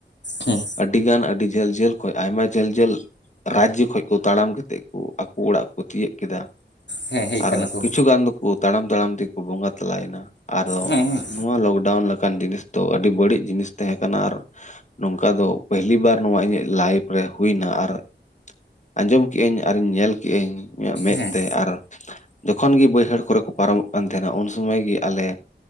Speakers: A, on the left; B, on the left.
A: ᱦᱮᱸ
B: ᱟᱹᱰᱤ ᱜᱟᱱ ᱟᱹᱰᱤ ᱡᱷᱟᱹᱞ ᱡᱷᱟᱹᱞ ᱠᱷᱚᱱ ᱟᱭᱢᱟ ᱡᱷᱟᱹᱞ ᱡᱷᱟᱹᱞ ᱨᱟᱡᱽᱡᱚ ᱠᱷᱚᱡ ᱠᱚ ᱛᱟᱲᱟᱢ ᱠᱟᱛᱮᱫ ᱠᱚ ᱟᱠᱚ ᱚᱲᱟᱜ ᱠᱚ ᱛᱤᱭᱳᱟᱹᱜ ᱠᱮᱫᱟ ᱾
A: ᱦᱮᱸ ᱦᱮᱡ
B: ᱟᱨ
A: ᱠᱟᱱᱟ ᱠᱚ
B: ᱠᱤᱪᱷᱩ ᱜᱟᱱ ᱫᱚᱠᱚ ᱛᱟᱲᱟᱢ ᱛᱟᱲᱟᱢ ᱛᱮ ᱜᱮᱠᱚ ᱵᱚᱸᱜᱟ ᱛᱟᱞᱟᱭᱮᱱᱟ ᱾ ᱟᱫᱚ
A: ᱦᱮᱸ ᱦᱮᱸ
B: ᱱᱚᱣᱟ ᱞᱚᱠᱰᱟᱣᱩᱱ ᱞᱮᱠᱟᱱ ᱡᱤᱱᱤᱥ ᱫᱚ ᱟᱹᱰᱤ ᱵᱟᱹᱲᱤᱡ ᱡᱤᱱᱤᱥ ᱛᱟᱦᱮᱸ ᱠᱟᱱᱟ ᱟᱨ ᱱᱚᱝᱠᱟ ᱫᱚ ᱯᱟᱹᱦᱞᱤ ᱵᱟᱨ ᱱᱚᱣᱟ ᱤᱧᱟᱹᱜ ᱞᱟᱭᱤᱯᱷ ᱨᱮ ᱦᱩᱭᱱᱟ ᱟᱨ ᱟᱸᱡᱚᱢ ᱠᱮᱜᱼᱟᱹᱧ ᱟᱨᱤ ᱧᱮᱞ ᱠᱮᱜᱼᱟᱹᱧ ᱤᱧᱟᱹᱜ ᱢᱮᱸᱫᱛᱮ
A: ᱦᱮᱸ
B: ᱟᱨ ᱡᱚᱠᱷᱚᱱ ᱜᱮ ᱵᱟᱹᱭᱦᱟᱹᱲ ᱠᱚᱨᱮ ᱠᱚ ᱯᱟᱨᱚᱢᱚᱜ ᱠᱟᱱ ᱛᱟᱦᱮᱱᱟ ᱩᱱ ᱥᱚᱢᱚᱭ ᱜᱮ ᱟᱞᱮ